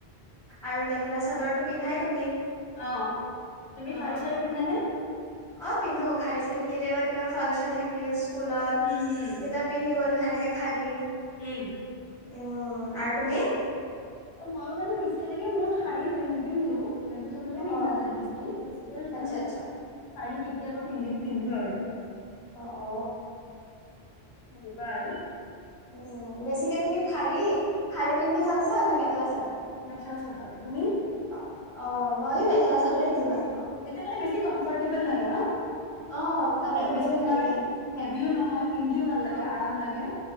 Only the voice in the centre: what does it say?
আৰু মেখেলা চাদৰটো পিন্ধাই তুমি
অ
অ
অ পিন্ধো শাৰী চাৰি কেতিয়াবা কিবা ফাংচন থাকি স্কুলত
তেতিয়া পিন্ধি গ'লো হে তেনেকে খালি
উম আৰু তুমি
অ
অ
আচ্ছা
আচ্ছা
অ অ
উ উম বেছিকে তুমি খাৰী খাৰী পিন্ধি ভাল পোৱা নে মেখেলা
অ অ মই ম খেল চাদৰে পিন্িাাল
অ কমফৰ্টেবল
লাগে
অ